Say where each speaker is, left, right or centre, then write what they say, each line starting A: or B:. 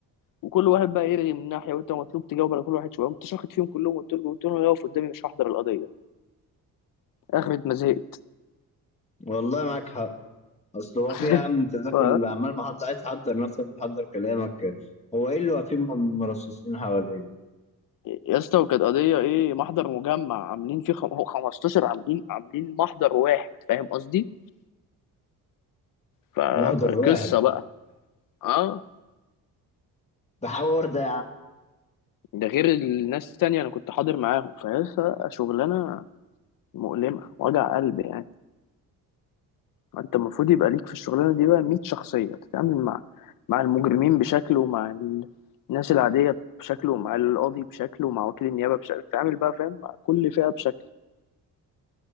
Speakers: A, on the left; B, on the left.
A: وكل واحد بقى يرغي من ناحية وأنت مطلوب تجاوب على كل واحد شوية قمت شاخد فيهم كلهم قلت لهم قلت لهم يقف قدامي مش هحضر القضية اخرة ما زهقت
B: والله معاك حق اصل هو
A: <laughs>
B: في يا عم انت ذاك
A: ف-
B: اللي عمال محضر عايز تحضر نفسك وتحضر كلامك هو ايه اللي واقفين من مرصصين حواليك
A: يا اسطى وكانت قضية ايه محضر مجمع عاملين فيه خم... هو 15 عاملين عاملين محضر واحد فاهم قصدي ف...
B: محضر
A: فقصة
B: واحد
A: بقى اه
B: ده حوار ده
A: ده غير الناس التانية انا كنت حاضر معاهم فيا شغلانة مؤلمة وجع قلب يعني انت المفروض يبقى ليك في الشغلانة دي بقى 100 شخصية تتعامل مع مع المجرمين بشكل ومع ال- الناس العادية بشكل ومع القاضي بشكل ومع وكيل النيابة بشكل تتعامل بقى فاهم مع كل فئة بشكل